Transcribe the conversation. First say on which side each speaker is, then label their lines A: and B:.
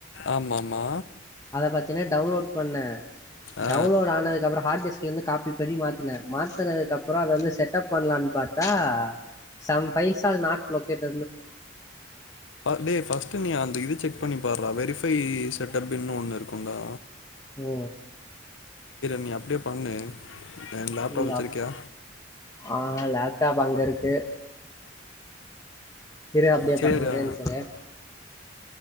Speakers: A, on the left; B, on the left.
A: ஆமா ஆமா
B: அத பாத்தீன்னா டவுன்லோட் பண்ணே
A: ஆ
B: டவுன்லோட் ஆனதுக்கு அப்பறோ ஹார்ட் டிஸ்க்லேருந்து காப்பி பண்ணி மாத்துனே மாத்தினதுக்கு அப்பறோ அத வந்து செட்டப் பண்ணலான்னு பாத்தா some files are not லொக்கேட்
A: டே first நீ அந் இது செக் பண்ணி பாருடா வெரிஃபை செட்டப்ன்னு ஒண்ணு இருக்கும்டா
B: ஓ
A: நீ அப்டியே பண்ணு என் லேப்டாப்
B: உ
A: வச்சுருக்கியா
B: அ ஆ லேப்டாப் அங்க இருக்கு இரு அப்டியே
A: சரி
B: பண்றே ஒரே
A: ஆ,
B: ஒரு நிமிஷோ இரு